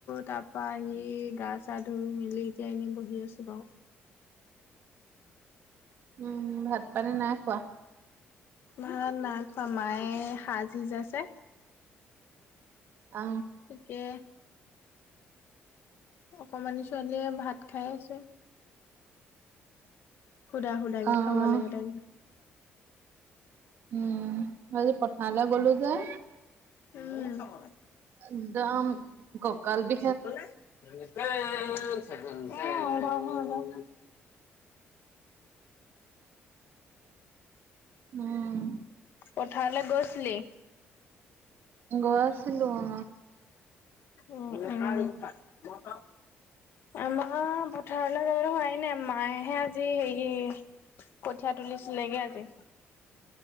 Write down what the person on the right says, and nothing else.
উম, ভাত পানী নাই খোৱা।
অ।
অ
উম, মইযে পথাৰলে গলো যে।
একদম গ কাল দি
উম
গৈ আছিলো অ।